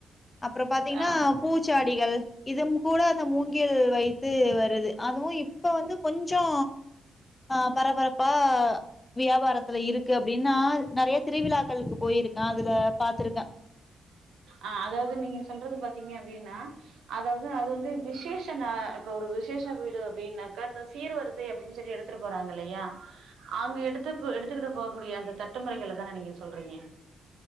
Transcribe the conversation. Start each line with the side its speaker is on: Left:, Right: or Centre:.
Left: அப்பறோ பாத்தீங்கன்னா
Right: ஆ
Left: பூச்சாடிகள் இதுவு கூட அந்த மூங்கில் வைத்து வருது அதுவு இப்ப வந்து கொஞ்சோ ஆ பரப்பரப்பா வியாபாரத்துல இருக்கு அப்டின்னா நெறையா திருவிழாக்களுக்கு போயிருக்கே அதுல பாத்துருக்கே
Right: ஆ அதாவது நீங்க சொல்றது பாத்தீங்க அப்டின்னா அதாவது அது வந்து விசேஷ நா இப்ப ஒரு விசேஷ வீடு அப்டின்னாக்க இந்த சீர்வரி சை அப்டின் சொல்லி எடுத்துட்டு போறாங்க இல்லையா அங்க எடுத்து எடுத்துக்கிட்டு போகக்கூடிய அந்த தட்டுமுறைகளை தான நீங்க சொல்றீங்க